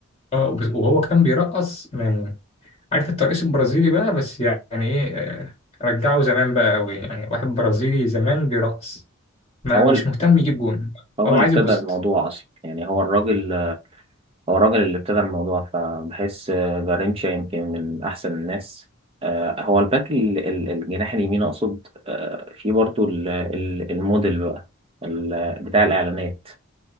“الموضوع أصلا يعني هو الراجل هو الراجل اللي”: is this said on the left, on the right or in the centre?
Right